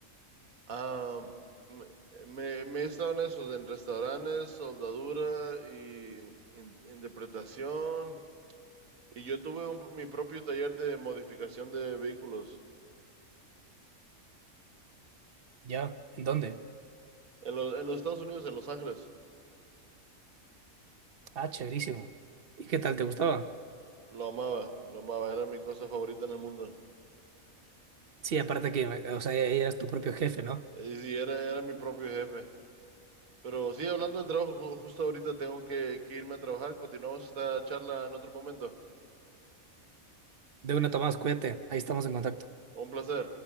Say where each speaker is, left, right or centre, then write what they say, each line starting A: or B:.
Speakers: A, on the right; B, on the right.
A: Ah, me, me- me he estado en esos, en restaurantes, soldadura y in- interpretación. Y yo tuve un- mi propio taller de modificación de vehículos
B: ¿Ya? ¿En dónde?
A: en, lo- en los Estados Unidos, en Los Ángeles.
B: Ah, chéverísimo. ¿Y qué tal? ¿Te gustaba?
A: Lo amaba, lo amaba, era mi cosa favorita en el mundo.
B: Sí, aparte que, o sea, eras tu propio jefe, ¿no?
A: Y, sí, era, era mi propio jefe. Pero sí, hablando del trabajo, ju- justo ahorita tengo que, que irme a trabajar. Continuamos esta charla en otro momento.
B: De una, Tomás, cuídate. Ahí estamos en contacto.
A: Un placer.